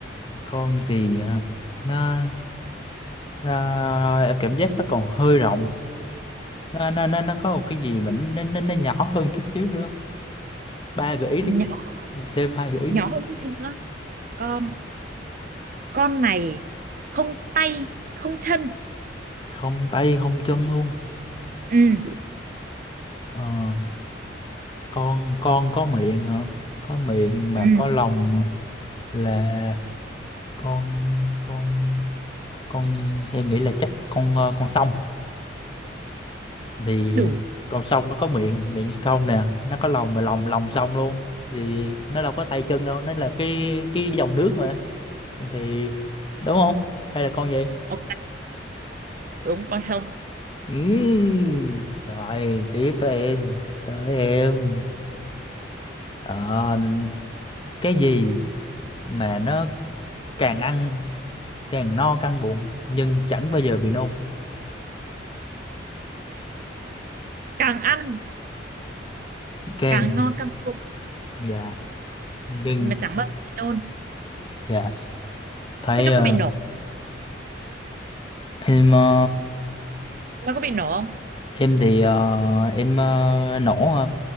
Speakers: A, on the left (about 25°); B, on the right (about 50°).
A: con gì hả? nó, nó em cảm giác nó còn hơi rộng nó nó nó, nó có một cái gì mà nó, nó nó nhỏ hơn chút xíu nữa không? ba gợi ý
B: nhỏ
A: đi thêm hai gợi ý
B: nhỏ
A: nữa
B: hơn chút xíu nữa. Con con này không tay không chân
A: không tay không chân luôn
B: ừ
A: ờ, con con có miệng hả có miệng mà
B: ừ
A: có lòng là con con con em nghĩ là chắc con ờ, con sông thì
B: đủ
A: con sông nó có miệng miệng sông nè nó có lòng mà lòng lòng sông luôn thì nó đâu có tay chân đâu nó là cái cái dòng nước mà thì đúng không hay là con gì
B: ok đúng con không
A: Ừm, rồi tiếp tới em tới em Ờ, cái gì mà nó càng ăn càng no căng bụng nhưng chẳng bao giờ bị nôn
B: càng ăn
A: càng
B: càng no căng bụng
A: dạ nhưng
B: mà chẳng bao giờ bị nôn
A: dạ thấy
B: thế nó
A: ờ,
B: có bị nổ
A: em ờ,
B: nó có bị nổ không
A: em thì ờ, em ờ, nổ ha